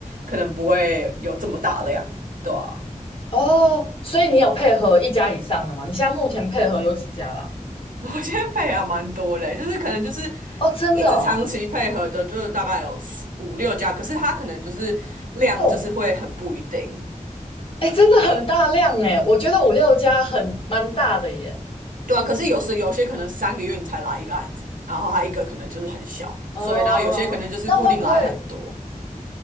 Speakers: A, on the right; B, on the left.
A: 可能不会有这么大量，对啊。
B: 哦，所以你有配合一家以上的吗？你现在目前配合有几家啦？
A: <laughs> 我现在配还蛮多嘞，就是可能就是
B: 哦，真的哦，
A: 一直长期配合的，就是大概有四五六家，可是他可能就是量就是会很不一定，
B: 哦哎，真的很大量哎，我觉得五六家很蛮大的耶。
A: 对啊，可是有时有些可能三个月你才来一个案子，然后他一个可能就是很小，
B: 哦，
A: 所以然后有些可能就是固定来很多。
B: 那会不会